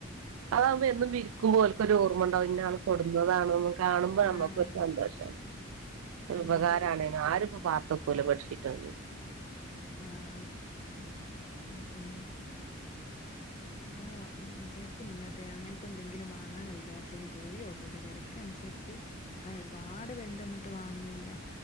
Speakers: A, on the right; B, on the left.
A: ആഹ അതാകുമ്പോ എന്നും വിരിക്കുമ്പോ ഒല്ക്കൊ ഒരു ഓർമ്മ ഇണ്ടാവകും ഇന്ന ആൾ കൊടുന്നതാണ കാണുമ്പോ
B: ആഹ്
A: നമുക്കൊരു സന്തോഷം ഒരു
B: ശരിയാ
A: ഉപകാരണെന്നും ആരുംപ്പോ പാത്തക്കുല ബാഡ്ഷീറ്റൊന്നും
B: ന്നഹ ന്ന ഉ ഉ ഇപ്പൊ വിചാരിക്കും നിന്നിട്ട് അങ്ങനത്തെ എന്തെങ്കിലും വാങ്ങാാന വിചാരിച്ച ഇന് പോയോക്കട്ടെ വിലക്ക അനുസരിച്ച് ഞാൻ ഒരുപാട് വെല്ലെന്റോണിറ്റും ന്നും വാങ്ങിയില്ല